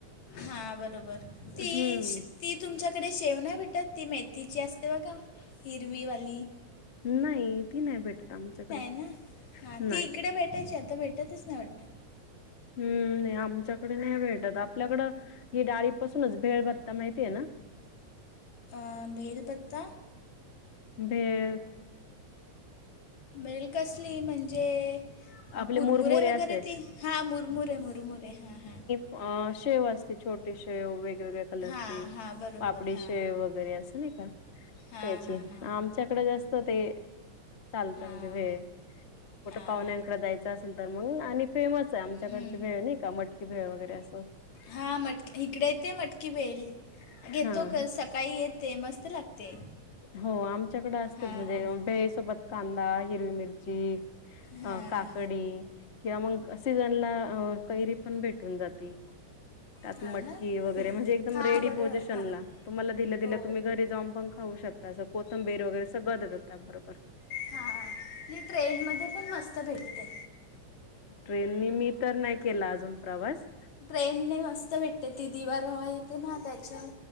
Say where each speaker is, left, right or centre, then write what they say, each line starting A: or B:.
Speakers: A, on the left (about 70°); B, on the left (about 85°).
A: हा बरोबर, तेश
B: हम्म
A: ती तुमच्याकडे शेव नाही भेटत ती मेथीची असते बघा, हिरवी वाली?
B: नाही ती नाही भेटत आमच्याकडे,
A: ना हां
B: नाय.
A: ती इकडे भेटायची आता भेटतच नाही वाटतं.
B: हम्म नाही आमच्याकड नाही भेटतं आपल्याकडं, ही डाळीपासूनच भेळभत्ता माहिती आहे ना?
A: अं भेल पत्ता.
B: भेळ.
A: भेल कसली म्हणजे अ
B: आपले
A: कुरमुुरे
B: मुरमुरे
A: वगैरे
B: असे
A: ती, हा मुरमुुरे मुरमुरे हा हा.
B: अ शेव असते छोटी शेव वेगवेगळे कलरची,
A: हां हां बरोबर
B: पापडीशेव
A: हां
B: वगैरे असं नाही का?
A: हां
B: त्याची
A: हां हां
B: आमच्याकडं जास्त ते चालत
A: हां
B: म्हणजे भेळ, कुठ
A: हां
B: पाहुण्याक
A: हां
B: कड द्यायचं असेल तर मग आणि फेमस आहे आमच्याकडची
A: हम्म.
B: भेळ नाही का मटकी भेळ वगैरे असं.
A: हा मटकी इकडे येते मटकी भेल, घेतो
B: हा
A: कस क काही येते मस्त लागते.
B: हो आमच्याकडे असतंच
A: हां
B: म्हणजे भेळीसोबत कांदा हे हिरवी मिरची,
A: हां
B: अ काकडी, किंवा मग सिजनला अ कैरी पण भेटून जाती. त्यात
A: हां
B: मटकी
A: ना
B: वगैरे म्हणजे एकदम
A: हां
B: रेडी
A: बरोबर
B: पोझिशन
A: हां
B: ला. तुम्हाला दिल्या दिल्या
A: हो
B: तुम्ही घरी जाऊन पण खाऊ शकता असं कोथंबीर वगैरे सगंळ देतात त्या बरोबर.
A: हा, मी ट्रेन मध्ये पण मस्त भेटते.
B: ट्रेननी मी तर नाही केला अजून प्रवास.
A: ट्रेनने मस्त भेटते ती दिवा रोवा येते ना त्याच्यात